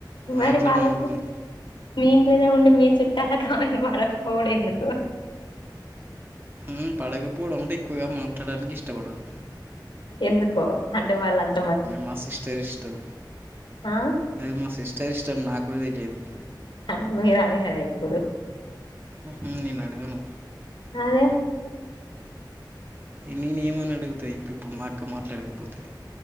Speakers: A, on the right (about 25°); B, on the left (about 80°).
A: మా
B: మరి
A: ఇంట్లోనే
B: వాళ్ళకి
A: ఉంటుంది
B: మీ ఇంట్లోనే ఉండి మీ చుట్టాలకు ఆమెకి పడకపోవుడు ఎందుకు
A: మ్ పడకపోవడం ఉంటే ఎక్కువగా మాట్లాడడానికి ఇష్టపడరు
B: ఎందుకో అంటే వాళ్ళంతా
A: మా సిస్టర్ ఇష్టం
B: ఆ
A: అది మా సిస్టర్ ఇష్టం నాకు కూడా తెలియదు
B: అంటే మీరు అడిగారా ఎప్పుడు
A: ఉంహు నేను అడగను
B: అదే
A: నేనేమని అడుగుతాయి ఇప్పు ఇప్పుడు మాక్క మాట్లాడకపోతే